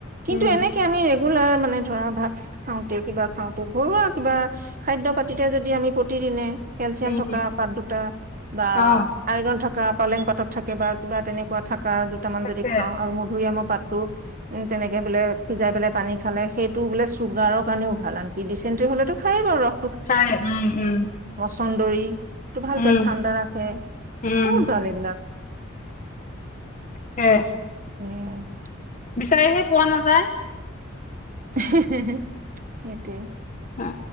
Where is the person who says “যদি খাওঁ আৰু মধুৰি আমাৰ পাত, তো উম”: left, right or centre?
Right